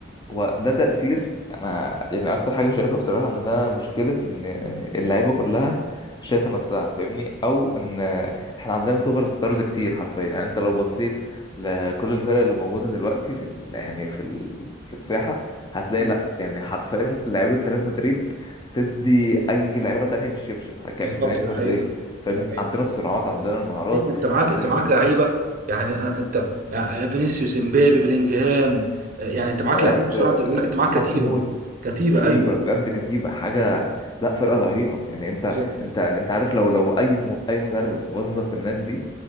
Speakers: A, on the left; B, on the right.
A: هو ده تأثير أنا يعني أكتر حاجة شايفها بصراحة إن ده مشكلة إن اللعيبة كلها شايفة نفسها فاهمني أو إن إحنا عندنا سوبر ستارز كتير حرفيا يعني أنت لو بصيت لكل الفرق اللي موجودة دلوقتي في ال... يعني في ال... في الساحة هتلاقي
B: مم.
A: لأ يعني حرفيا لعيبة ريال مدريد تدي أي لعيبة تانية بالشبشب كإمكانيات
B: بالظبط ده
A: فردية
B: حقيقه
A: فاهمني
B: ده حقيقه
A: عندنا الصراعات عندنا المهارات
B: إيه، انت معاك
A: عندنا
B: انت معاك
A: الفينش
B: لعيبه يعني أنا- انت يعني فينيسيوس امبابي بلينجهام آه، يعني انت معاك
A: بجد
B: لعيب بصراحه انت بيقول لك انت معاك
A: خط
B: كتيبه
A: موت
B: كتيبه
A: كتيبة
B: ايوه
A: بجد كتيبة حاجة لا فرقة رهيبة يعني انت
B: إيه.
A: انت انت عارف لو لو اي م... اي مدرب وظف الناس دي